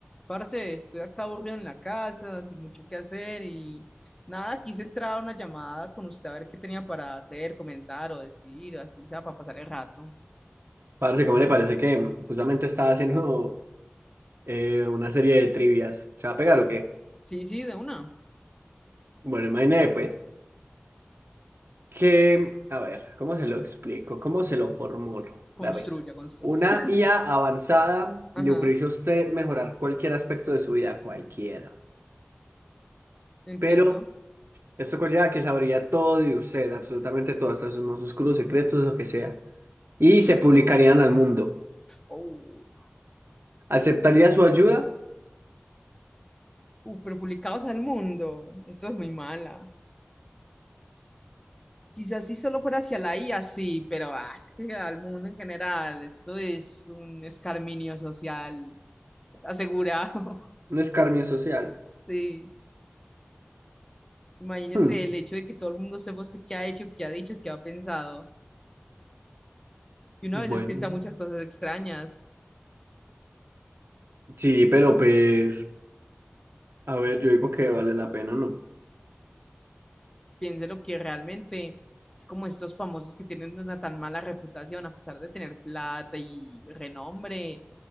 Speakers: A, on the left; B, on the right.
A: Parce, estoy acá aburrido en la casa, sin mucho que hacer y nada, quise entrar a una llamada con usted a ver qué tenía para hacer, comentar o decir, o así, o sea, para pasar el rato.
B: Parce, ¿cómo le parece que justamente estaba haciendo eh, una serie de trivias? ¿Se va a pegar o qué?
A: Sí, sí, de una.
B: Bueno, imagínate pues que, a ver, ¿cómo se lo explico? ¿Cómo se lo formulo?
A: Construya,
B: La vez.
A: construya.
B: Una
A: <laughs>
B: IA avanzada
A: Ajá,
B: le ofrece a usted mejorar cualquier aspecto de su vida, cualquiera.
A: entiendo.
B: Pero esto conlleva que sabría todo de usted, absolutamente todo, hasta sus más oscuros secretos, lo que sea. Y
A: Y,
B: se publicarían al mundo.
A: oh,
B: ¿Aceptaría su ayuda?
A: uh, pero publicados al mundo. Esto es muy mala. Quizás si solo fuera hacia la IA, sí, pero ah, es que al mundo en general, esto es un escarminio social asegurado.
B: Un escarnio social.
A: <laughs> Sí. Imagínese
B: Hmm,
A: el hecho de que todo el mundo sepa usted qué ha hecho, qué ha dicho, qué ha pensado. Y uno
B: bueno.
A: a veces piensa muchas cosas extrañas.
B: Sí, pero pues, a ver, yo digo que vale la pena, ¿no?
A: Piense lo que realmente es como estos famosos que tienen una tan mala reputación, a pesar de tener plata y renombre,